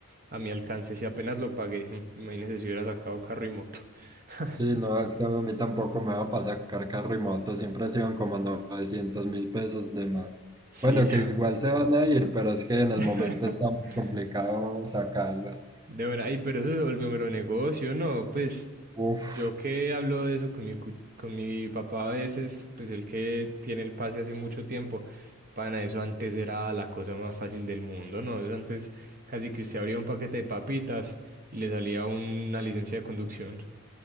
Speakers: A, on the right; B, on the right.
A: a mi alcance. Si apenas lo pagué, <laughs> imagínese si hubiera sacado carro y moto. <laughs>
B: Sí, no, es que a mí tampoco me va para sacar carro y moto. Siempre se iban como 900 mil pesos de más.
A: Sí.
B: Bueno, que igual se van a ir, pero es que en el
A: <laughs>
B: momento está muy complicado sacarlos.
A: De verdad, ay, pero eso se volvió mero negocio, ¿no? Pues
B: Uf.
A: yo que hablo de eso con mi, cu- con mi papá a veces, pues el que tiene el pase hace mucho tiempo, pana, eso antes era la cosa más fácil del mundo, ¿no? Eso antes casi que usted abría un paquete de papitas y le salía una licencia de conducción.